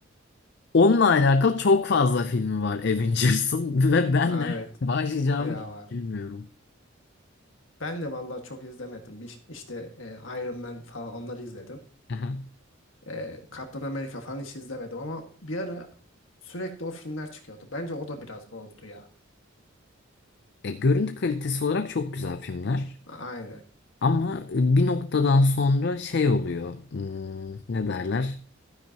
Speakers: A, on the left; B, on the left.
A: onunla alakalı çok fazla filmi var Avengers'ın <laughs> ve ben
B: Ha,
A: nereden
B: Evet.
A: başlayacağımı
B: Bayağı
A: hiç
B: var.
A: bilmiyorum.
B: Ben de vallahi çok izlemedim. Bir, işte e, Iron Man falan onları izledim.
A: <laughs>
B: E, Kaptan Amerika falan hiç izlemedim ama bir ara sürekli o filmler çıkıyordu. Bence o da biraz bozdu ya.
A: E, görüntü kalitesi olarak çok güzel filmler.
B: Aynen.
A: Ama e, bir noktadan sonra şey oluyor. hmm, ne derler?